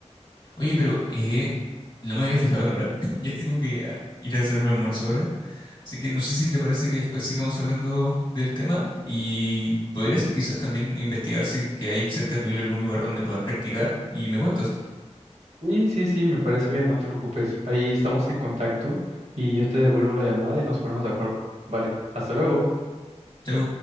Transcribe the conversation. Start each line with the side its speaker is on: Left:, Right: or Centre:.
Left: Oye, pero eh, no me había fijado la hora. <laughs> Yo tengo que ah, ir a hacerme almuerzo ahora. Así que no sé si te parece que después sigamos hablando del tema y podrías quizás también investigar si que hay cerca tuyo algún lugar donde puedas practicar y me cuentas.
Right: Sí, sí, sí, me parece bien, no te preocupes. Ahí estamos en contacto y yo te devuelvo la llamada y nos ponemos de acuerdo. Vale, hasta luego.
Left: Chau.